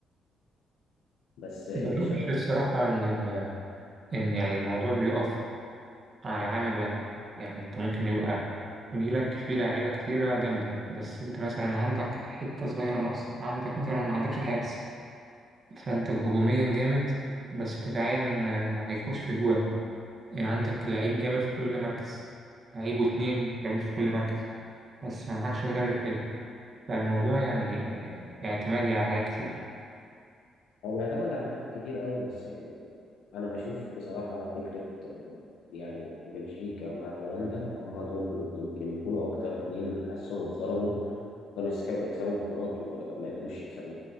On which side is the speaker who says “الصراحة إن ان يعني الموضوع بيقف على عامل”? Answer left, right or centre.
Right